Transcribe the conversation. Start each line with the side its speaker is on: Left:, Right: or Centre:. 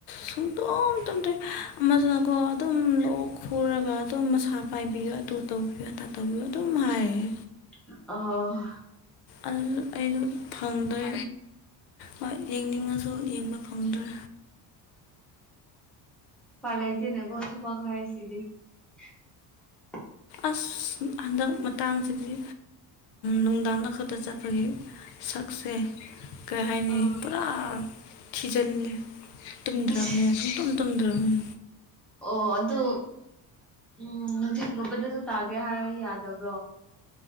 Left: ꯁꯨꯡꯇꯣꯛ ꯇꯨꯝꯇ꯭ꯔꯦ ꯑꯃꯁꯤꯅꯀꯣ ꯑꯗꯨꯝ ꯂꯣꯛ ꯈꯨꯔꯒ ꯑꯗꯨꯝ ꯃꯁꯥ ꯄꯥꯏꯕꯤꯌꯣ ꯇ ꯇꯨ ꯇꯧꯕꯤꯌꯣ ꯑ ꯇ ꯇꯧꯕꯤꯌꯣ ꯑꯗꯨꯝ ꯍꯥꯏꯌꯦ
Centre: ꯑ
Left: ꯑꯗꯨ ꯑꯩꯩꯅ ꯐꯪꯗ꯭ꯔ ꯍ ꯌꯦꯡꯅꯤꯡꯉꯁꯨ ꯌꯦꯡꯕ ꯐꯪꯗ꯭ꯔꯦ
Centre: ꯄꯂꯥꯏꯗꯅꯒꯣ ꯊꯄꯒ ꯍꯥꯏꯁꯤꯗꯤ <inaudible>
Left: ꯑꯁ ꯍꯟꯗꯛ ꯃꯇꯥꯡꯁꯤꯗꯤ ꯅꯨꯡꯗꯥꯡꯗ ꯈꯛꯇ ꯆꯠꯄꯒꯤ ꯁꯛꯁꯦ ꯀꯩ ꯍꯥꯏꯅꯤ
Centre: ꯎꯝ
Left: ꯄꯨꯔꯥ ꯊꯤꯖꯤꯜꯂꯦ ꯇꯨꯝꯗ꯭ꯔꯕꯅꯤ
Centre: ꯑꯁ
Left: ꯑꯗꯨꯨꯝ ꯇꯨꯝꯨꯝ ꯎ
Centre: ꯑꯣ ꯑꯗꯨ ꯑꯗꯨ ꯎꯝ ꯅꯨꯡꯊꯤꯠꯒꯨꯝꯕꯗꯁꯨ ꯇꯥꯒꯦ ꯍꯥꯏꯔ ꯌꯥꯗꯕ꯭ꯔꯣ